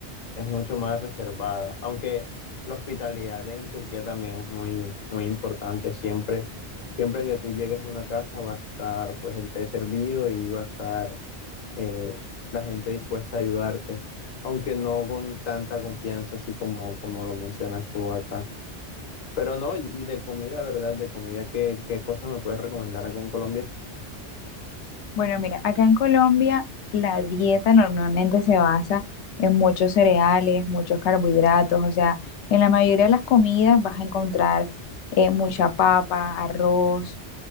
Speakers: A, on the left; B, on the left.
A: es mucho más reservada. Aunque la hospitalidad en Turquía también es muy, muy importante. Siempre, siempre que tú llegues a una casa va a estar pues el té servido y va a estar eh, la gente dispuesta a ayudarte, aunque no con tanta confianza así como, como lo mencionas tú acá. Pero no, y, y de comida, ¿verdad? De comida, ¿qué, qué cosa me puedes recomendar acá en Colombia?
B: Bueno, mira, acá en Colombia la dieta normalmente se basa en muchos cereales, muchos carbohidratos, o sea, en la mayoría de las comidas vas a encontrar eh, mucha papa, arroz,